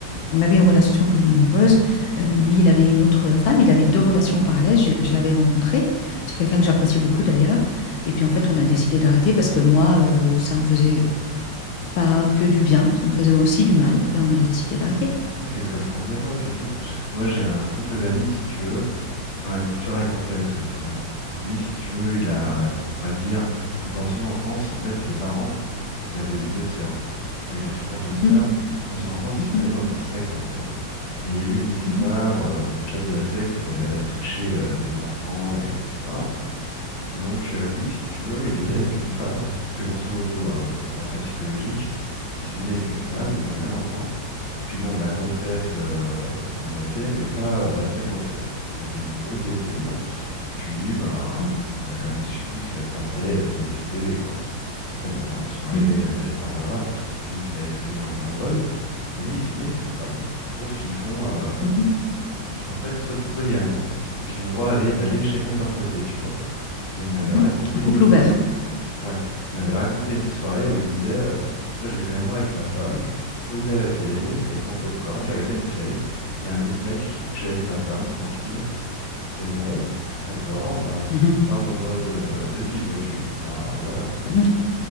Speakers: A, on the left; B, on the left.
A: on avait une relation polyamoureuse. Euh, lui, il avait une autre femme. Il avait deux relations en parallèle. Je, je l'avais rencontré. C'est quelqu'un que j'appréciais beaucoup d'ailleurs. Et puis en fait, on a décidé d'arrêter parce que moi, euh, ça me faisait pas que du bien, ça me faisait aussi du mal. Et on a décidé d'arrêter.
B: Ah, c'est que ça te convenait pas, c'est tout. Moi j'ai un couple d'amis, si tu veux. Enfin, l'histoire est complexe aussi, hein. Lui, si tu veux, il a, on va dire, que dans son enfance, en fait, ses parents, il avait deux sœurs. Enfin, il a toujours deux
A: Mhm,
B: sœurs. Dans son enfance,
A: mhm,
B: ils sont allés dans une secte, en fait. Et il y a eu une histoire
A: mhm,
B: euh, où le chef de la secte, il avait à toucher euh, des enfants, et etc. Et donc, euh, lui, si tu veux, il était avec une femme. Je fais grosso modo hein, le portrait psychologique. Il s'est mis avec une femme, ils ont eu un enfant. Et puis bon, la grossesse euh, s'est bien passée, mais pas euh, l'après-grossesse. Ça a fait une grosse déprime. Et puis lui, ben,
A: mhm,
B: il a quand même subi ce qu'elle partait, elle lui laissait le bébé, quoi. Elle partait en soirée,
A: mhm,
B: elle faisait, enfin voilà. Donc ça a explosé en plein vol. Et lui, il s'est mis avec une femme. Sauf qu'ils font, euh,
A: mhm, mhm,
B: je pense pas que ce soit du polyamour, c'est qu'ils ont le droit d'aller d'aller chacun de leur côté, tu vois. Et il m'avait
A: mhm,
B: raconté
A: mhm. Un couple
B: une
A: ouvert.
B: de, Ouais, il m'avait raconté une soirée où il disait euh, Moi j'ai fait l'amour avec ma femme, je me suis posé à la télé avec mon popcorn, j'ai regardé une série, il y a un autre mec qui couchait avec ma femme, tranquille, c'est bon, d'accord,
A: Mhm,
B: bah
A: mhm,
B: c'est pas mon mode euh, de vie, vois-tu. Enfin voilà.
A: mhm.